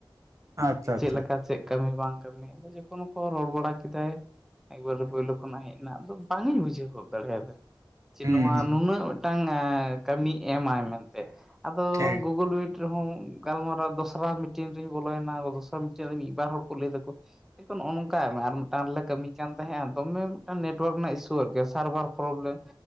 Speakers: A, on the right; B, in the centre.
A: ᱟᱪᱪᱷᱟ
B: ᱡᱮ ᱪᱮᱫ
A: ᱟᱪᱪᱷᱟ
B: ᱞᱮᱠᱟ ᱪᱮᱫ ᱠᱟᱹᱢᱤ ᱵᱟᱝ ᱠᱟᱹᱢᱤ, ᱟᱫᱚ ᱡᱚᱠᱷᱚᱱ ᱠᱚ ᱨᱚᱲ ᱵᱟᱲᱟ ᱠᱮᱫᱟᱭ, ᱮᱠᱵᱟᱨᱮ ᱯᱳᱭᱞᱳ ᱠᱷᱚᱱᱟᱜ ᱦᱮᱡ ᱮᱱᱟ ᱫᱚ ᱵᱟᱝ ᱤᱧ ᱵᱩᱡᱷᱟᱹᱣ ᱦᱚᱫ ᱫᱟᱲᱮᱭᱟᱫᱟ ᱡᱮ
A: ᱦᱩᱸ
B: ᱱᱚᱣᱟ
A: ᱦᱩᱸ
B: ᱱᱩᱱᱟᱹᱜ, ᱢᱤᱫᱴᱟᱝ ᱠᱟᱹᱢᱤᱭ ᱮᱢᱟᱭ ᱢᱮᱱᱛᱮ ᱟᱫᱚ
A: ᱴᱷᱤᱠ
B: ᱜᱩᱜᱩᱞ ᱢᱤᱴ, ᱨᱮᱸᱦᱚ ᱜᱟᱞᱢᱟᱨᱟᱣ ᱫᱚᱥᱨᱟ ᱢᱤᱴᱤᱱ ᱨᱤᱧ ᱵᱚᱞᱚᱭᱮᱱᱟ ᱫᱚᱥᱨᱟ ᱢᱤᱴᱤᱱ ᱨᱮ ᱢᱤᱫ ᱵᱟᱨ ᱦᱚᱲ ᱠᱚ ᱞᱟᱹᱭ ᱫᱟᱠᱚ᱾ ᱱᱚᱜ ᱱᱚᱝᱠᱟᱭ ᱢᱮ ᱟᱨ ᱢᱤᱫᱴᱟᱝ ᱨᱮᱞᱮ ᱠᱟᱹᱢᱤ, ᱠᱟᱱ ᱛᱟᱸᱦᱮᱜ-ᱟ, ᱫᱚᱢᱮ ᱢᱤᱫᱴᱟᱝ ᱱᱮᱴᱣᱟᱨᱠ ᱨᱮᱱᱟᱜ ᱤᱥᱩ ᱟᱨᱠᱤ ᱥᱟᱨᱵᱷᱟᱨ ᱯᱨᱚᱵᱞᱮᱢ